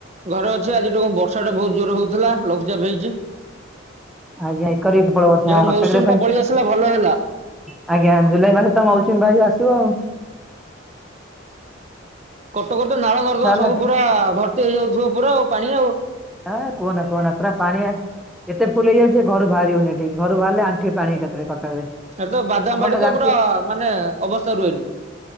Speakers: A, on the right; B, in the centre.
A: ଘରେ ଅଛି ଆଜିଠୁ ବର୍ଷା ଟା ବହୁତ ଜୋରେ ହଉଥିଲା ଲଘୁଚାପ ହେଇଛି
B: <unintelligible>
A: ଯାହା ହଉ ମୌସୁମୀ ଟା ପଳେଇ ଆସିଲା ଭଲ ହେଲା।
B: ଆଜ୍ଞା ଜୁଲାଇ ମାସରେ ତ ମୌସୁମୀ ବାୟୁ ଆସିବ ଆଉ
A: କଟକ ରେ ତ ନାଳ ନର୍ଦମା
B: ବର୍ଷା ହେଲାଠୁ
A: ସବୁ ପୁରା ଭର୍ତି ହେଇଯାଉଥିବ ପୁରା ଆଉ ପାଣି ଆଉ
B: ଏ କୁହନା କୁହନା ପୁରା ପାଣି ଅ କେତେ ଫୁଲ ହେଯାଇାଉଛି ଘରୁ ବାହାରିି ହଉନି ଠିକି ଘରୁ ବାହାରେ ଆଣ୍ଠି ଏ ପାଣି ଏକାଥରେ କଟକରେ।
A: ଏ ତ ବାଦାମ
B: ଆପଣ
A: ବାଡି
B: ଜାଣିଥିବେ
A: ତ ପୁରା ମାନେ ଅବସ୍ଥା ରୁହେନି।